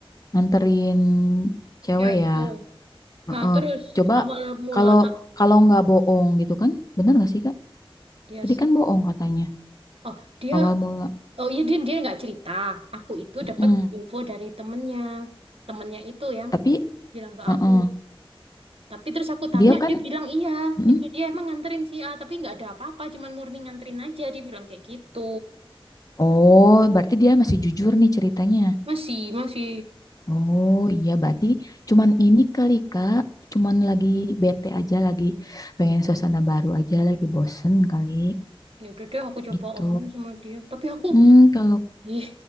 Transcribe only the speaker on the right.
oke
itu.
Nah terus
awal mula
ya
sih.
Oh dia,
oh iya dia dia nggak cerita. Aku itu
dapat info dari temennya, temennya itu yang
bilang ke
aku. Tapi terus aku tanya,
dia bilang iya,
gitu. Dia emang nganterin si A, tapi nggak ada apa-apa, cuman murni nganterin aja. Dia bilang kayak gitu.
Masih, masih.
Ya udah deh, aku coba
omong sama dia. Tapi aku,
ih,